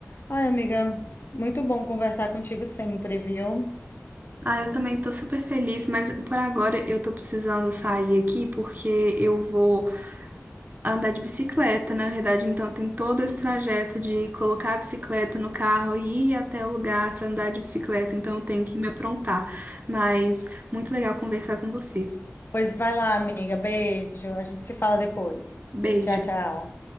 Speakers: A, on the left; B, on the right.
A: Ai, amiga, muito bom conversar contigo sempre, viu?
B: Ah, eu também tô super feliz, mas por agora eu tô precisando sair aqui porque eu vou andar de bicicleta, na verdade, então tem todo esse trajeto de colocar a bicicleta no carro e ir até o lugar pra andar de bicicleta, então eu tenho que me aprontar. Mas muito legal conversar com você.
A: Pois vai lá, amiga, beijo, a gente se fala depois.
B: Beijo.
A: Tchau, tchau.